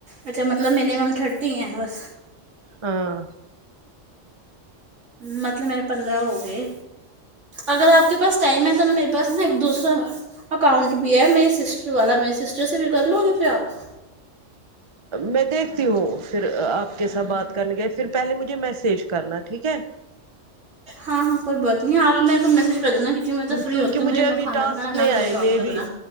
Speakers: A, on the right; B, on the right.
A: اچھا مطلب مینمم تھرٹی ہیں بس
B: ہاں
A: مطلب میرے پندرہ ہو گئے اگر آپ کے پاس ٹائم ہے تو نا میرے بس نا ایک دوسرا اکاؤنٹ بھی ہے میری سسٹر والا میے سسٹر سے بھی کر لو گے پھر آپ
B: میں دیکھتی ہوں پھر آپ کے ساتھ بات کرنے کے پھر پہلے مجھے میسج کرنا ٹھیک ہے
A: ہاں ہاں کوئی بات نہیں آپ میں کو میسج کر دینا میں تو فری
B: کیونکی
A: ہوتی ہوں
B: مجھے
A: نہ
B: ابھی
A: کھانا
B: ٹاسک
A: بنانا نہ
B: نہیں
A: گھر
B: آئے
A: کا کام
B: مے
A: کرنا
B: بھی